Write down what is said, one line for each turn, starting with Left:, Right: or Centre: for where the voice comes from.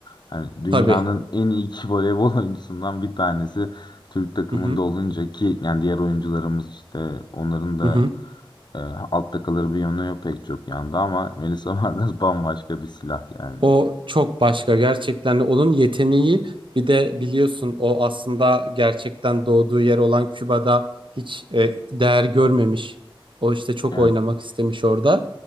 Left: Hani dünyanın
Right: Tabii.
Left: en iyi iki voleybol <laughs> oyuncusundan bir tanesi Türk takımında
Right: Hı hı.
Left: olunca ki yani diğer oyuncularımız işte onların da
Right: Hı hı.
Left: e, altta kalır bir yönü yok pek çok yanda ama Melisa Vargas <laughs> bambaşka bir silah yani.
Right: O çok başka gerçekten onun yeteneği bir de biliyorsun o aslında gerçekten doğduğu yer olan Küba'da hiç e, değer görmemiş. O işte çok
Left: Evet.
Right: oynamak istemiş orada.